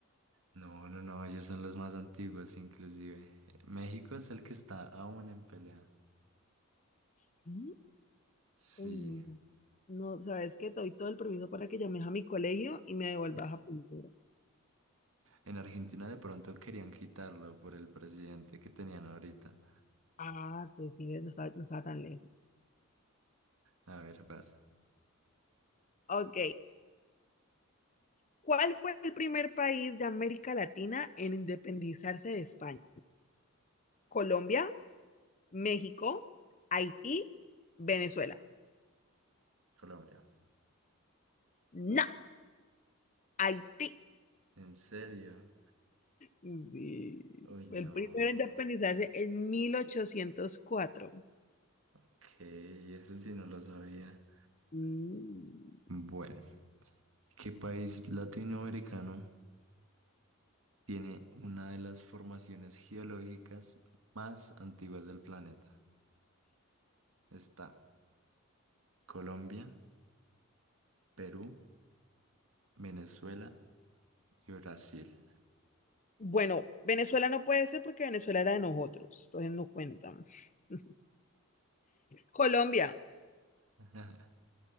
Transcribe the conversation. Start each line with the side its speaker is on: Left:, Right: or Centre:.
Right: No, no, no, ellos son los más antiguos, inclusive. México es el que está aún en pelea.
Left: Sí.
Right: Sí.
Left: Uy, no. No, ¿sabes qué? Te doy todo el permiso para que llames a mi colegio y me devuelvas a primero.
Right: En Argentina de pronto querían quitarlo por el presidente que tenían ahorita.
Left: Ah, entonces sí, ves, no estaba, no estaba tan lejos.
Right: A ver, pasa.
Left: Ok, ¿Cuál fue el primer país de América Latina en independizarse de España? Colombia, México, Haití, Venezuela.
Right: Colombia.
Left: No, Haití.
Right: ¿En serio?
Left: Sí,
Right: Uy,
Left: fue
Right: no.
Left: el primero en independizarse en 1804.
Right: Ok, eso sí no lo sabía.
Left: Mm.
Right: Bueno, ¿qué país latinoamericano tiene una de las formaciones geológicas más antiguas del planeta? Está Colombia, Perú, Venezuela y Brasil.
Left: Bueno, Venezuela no puede ser porque Venezuela era de nosotros, entonces no cuentan. <laughs> Colombia.
Right: <laughs>